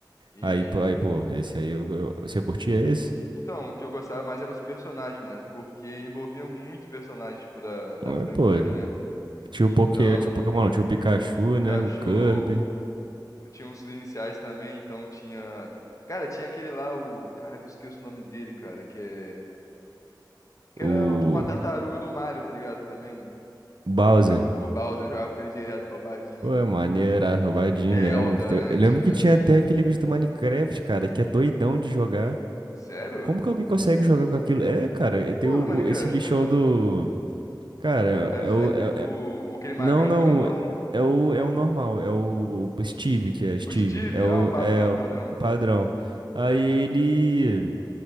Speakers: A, on the left (about 45°); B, on the right (about 80°).
A: E.
B: Aí, pô, aí, pô, esse aí, eu, eu- você curtia esse?
A: Então, o que eu gostava mais era os personagens, mano. Porque envolvia muito personagem, tipo, da, da
B: Ah,
A: franquia,
B: Pô,
A: né?
B: tinha
A: Então,
B: o Poké, tinha o Pokémon, não, tinha o Pikachu,
A: Pikachu,
B: né? O Kirby,
A: tinha uns iniciais também, então tinha. Cara, tinha aquele lá, o. Cara, que eu esqueço o nome dele, cara, que é. Que
B: o
A: era tipo uma tartaruga do Mario, tá ligado? Também.
B: Bowser.
A: Eu jogava com o Bowser, eu jogava com ele direto, roubadinho, mano.
B: Ué,
A: Muito
B: maneira,
A: maneiro.
B: roubadinho
A: Zelda,
B: mesmo. Te-
A: né?
B: Eu lembro
A: Tinha.
B: que tinha até aquele bicho do Minecraft, cara, que é doidão de jogar.
A: Sério?
B: Como que alguém consegue jogar com aquilo? É, cara, e tem
A: Qual
B: o,
A: do Minecraft?
B: o- esse bichão
A: Eu não lembro.
B: do. Cara,
A: Era
B: é,
A: o,
B: é
A: Sla-
B: o. é-
A: É o-
B: é-
A: o, o aquele magrão
B: Não, não.
A: grandão?
B: É o,
A: Não.
B: é o normal, é o, o Steve, que é Steve.
A: O, o Steve?
B: É o,
A: Ah, o padrão,
B: é o
A: padrão.
B: o padrão. Aí ele.